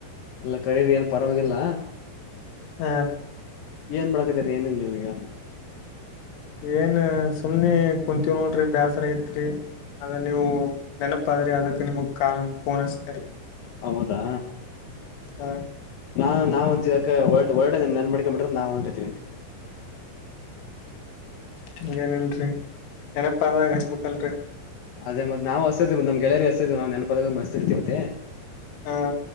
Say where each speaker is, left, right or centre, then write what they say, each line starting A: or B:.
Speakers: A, on the left (about 60°); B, on the left (about 85°).
A: ಅಲ್ಲ ಕರೀರಿ ಏನ್ ಪರವಾಗಿಲ್ಲ
B: ಹ
A: ಏನ್ ಮಾಡಕಿದೀರಿ ಏನಿಲ್ಲ ನೀವು ಈಗ
B: ಏನ್ ಸುಮ್ನೆ ಕುಂತೀವ ನೋಡ್ರಿ ಬೇಸರ ತ್ರಿ ಅದ ನೀವು ನೆನಪಾದ್ರಿ ಅದಕ್ ನಿಮಗ್ ಕಾ ಪೋನಸ್ತೇರಿ
A: ಹೌದಾ
B: ಹ
A: ನಾ ನಾವ್ ಅಂತಿದಡೆ ನನ್ ಮಾಡ್ಕೊಂಡ್ <unintelligible> ಬಿಿ್ರೆ ನಾವವು ಅನ್ಕತೀವಿ
B: ಹಂಗೇನಲ್ರಿ ನೆನಪ ಆದಾಗ ಹಚ್ಬೇಕಲ್ರರಿ
A: ಅದೇ ಮತ್ ನಾವು ಹಸರ್ತಿವಿ ನಮಗೆಳೆರಿಗೆಸತಿವಿ ನಾವು ನೆನ ಪಫದಕ ಮ ಹಸ್ತರಿತಿವಿ ಮತ್ತೆ
B: ಹಾ